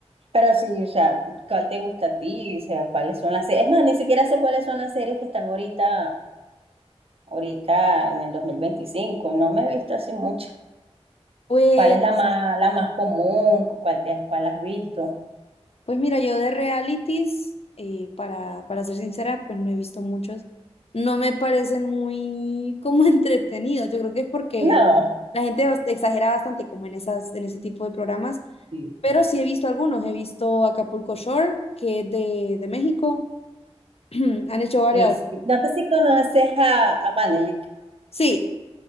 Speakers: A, on the right; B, on the left.
A: Pero sí, o sea, ¿cuál te gusta a ti? O sea, ¿cuáles son las series? Es más, ni siquiera sé cuáles son las series que están ahorita, ahorita en el 2025. No me he visto así mucho.
B: Pues
A: ¿Cuál es la más, la más común? ¿Cuál te, cuál has visto?
B: Pues mira, yo de realities, eh, para, para ser sincera, pues no he visto muchos. No me parecen muy como <laughs> entretenidos. Yo creo que es porque
A: No.
B: la gente bast- exagera bastante como en esas, en ese tipo de programas.
A: Sí,
B: Pero
A: sí.
B: sí he visto algunos. He visto Acapulco Shore, que es de, de México. <clears throat> Han hecho varias.
A: Es- no sé si conoces a, a Manelik.
B: Sí,